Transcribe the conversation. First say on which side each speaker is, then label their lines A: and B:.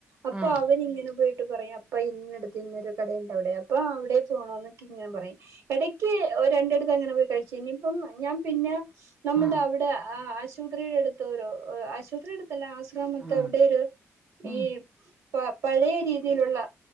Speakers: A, on the right; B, on the right.
A: അപ്പവനിങ്ങനെ
B: ഉം
A: പോയിട്ട് പറയാ അപ്പ ഇന്നടുത്ത് ഇന്നൊരു കടയുണ്ട് അവിടെ അപ്പൊ അവിടെക്ക് പോണോന്നൊക്കെങ്ങനെ പറയും ഇടയ്ക്ക് ഒരു രണ്ടിടുത്ത് അങ്ങനെ പോയി കഴിച്ചു ഇനിയിപ്പം ഞാൻ പിന്നെ നമ്മുടവിടെ
B: ഉം
A: ആ ആശു പത്രിയുടെ അടുത്തരോ ആശുപത്രിടടുത്തല്ല ആശ്രാമത്തവിടെയൊരു
B: ഉം ഉം
A: ഈ പ പഴയ രീതിയിലുള്ള